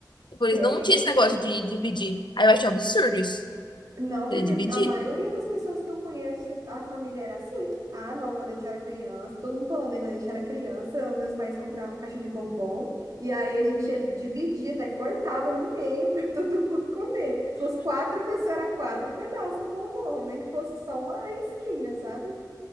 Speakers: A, on the left; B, on the right.
A: por eles
B: Sério?
A: não tinha esse negócio de dividir. Aí eu achei um absurdo isso,
B: Não, porque
A: de dividir.
B: a maioria das pessoas que eu conheço, a família era assim. Ah, não, quando a gente era criança, todo mundo falando, né? Quando a gente era criança, meus pais compravam caixa de bombom, e aí a gente ia- dividia, até cortava no meio <laughs> para todo mundo comer. Se fosse quatro pessoas, era quatro pedaços do bombom, nem que fosse só uma isquinha, sabe?